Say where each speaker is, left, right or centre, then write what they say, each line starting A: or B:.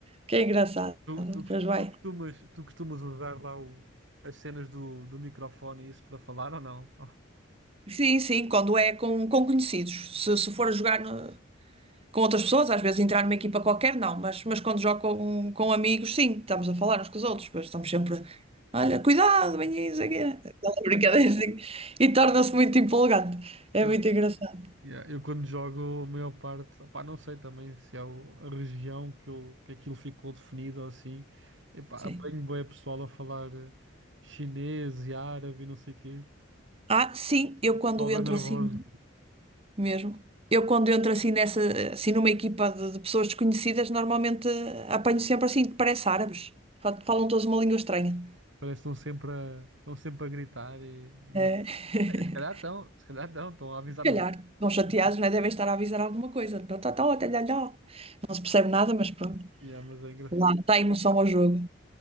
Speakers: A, on the right; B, on the right.
A: Que é engraçado.
B: Tu, tu, cos-
A: Pois vai.
B: tu costumas, tu costumas usar lá o, as cenas do, do microfone e isso para falar ou não?
A: Sim, sim, quando é com, com conhecidos. Se, se for jogar no- com outras pessoas, às vezes entrar numa equipa qualquer, não, mas, mas quando jogo com, com amigos, sim, estamos a falar uns com os outros, pois estamos sempre, olha, cuidado, bem isso aqui. Aquela <laughs> brincadeira assim, e torna-se muito empolgante. É
B: <laughs>
A: muito engraçado,
B: Yeah, Eu quando jogo, a maior parte, opá, não sei também se é o- a região que, eu, que aquilo ficou definido ou assim. Epá,
A: sim.
B: apanho bué pessoal a falar eh, chinês e árabe e não sei o quê.
A: Ah, sim, eu
B: Pessoal
A: quando
B: bem
A: entro
B: nervoso.
A: assim mesmo, eu quando entro assim nessa, assim numa equipa de, de pessoas desconhecidas, normalmente eh, apanho sempre assim, que parece árabes. Fa- Falam todos uma língua estranha.
B: Parece que estão sempre a, estão sempre a gritar e, e
A: É.
B: não...
A: <laughs>
B: Bem, Se calhar estão, se calhar estão, estão a avisar
A: calhar,
B: os outros.
A: não chateados,
B: <laughs>
A: né? Devem estar a avisar alguma coisa. Tó, tó, tal, até lá, lá. Não se percebe nada, mas pronto.
B: Yeah, mas é engraçado.
A: Lá está a emoção ao jogo.